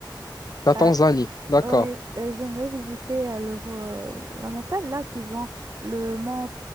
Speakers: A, on the left; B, on the right.
A: La
B: Euh,
A: Tanzanie, d'accord.
B: Ouais, euh, j'aimerais visiter euh, le ro- euh, la montagne là qu'ils ont, le mont